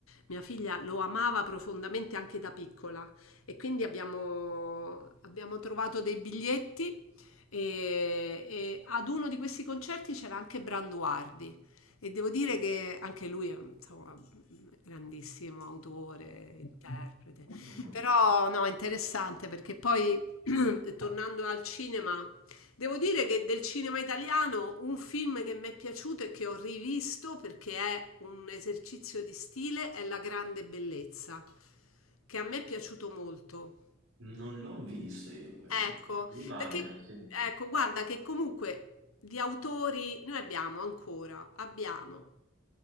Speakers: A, on the left; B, on the right.
A: mia figlia lo amava profondamente anche da piccola e quindi abbiamo, abbiamo trovato dei biglietti e, e ad uno di questi concerti c'era anche Branduardi e devo dire che anche lui è insomma, un grandissimo autore, interprete,
B: Mm.
A: però no, è interessante perché poi <clears throat> tornando al cinema... Devo dire che del cinema italiano un film che mi è piaciuto e che ho rivisto perché è un esercizio di stile è La grande bellezza, che a me è piaciuto molto.
B: Non l'ho visto io quello.
A: Ecco,
B: Mi manca,
A: perché
B: sì.
A: ecco, guarda che comunque di autori noi abbiamo ancora, abbiamo